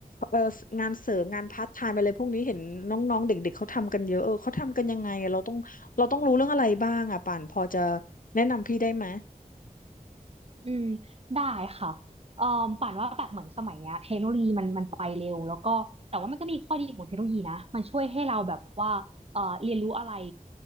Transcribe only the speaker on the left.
เอ่องานเสริมงานพาร์ทไทม์อะไรพวกนี้เห็นน้องๆเด็กๆเขาทำกันเยอะ เออเขาทำกันยังไงอะเราต้องเราต้องรู้เรื่องอะไรบ้างอ่ะป่านพอจะแนะนำพี่ได้ไหม